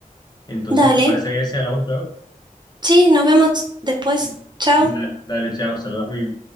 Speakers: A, on the left; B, on the right.
A: Entonces,
B: Dale.
A: ¿te parece bien si hablamos luego?
B: Sí, nos vemos después.
A: <laughs>
B: Chao.
A: Dale, dale, chao, saludos a mi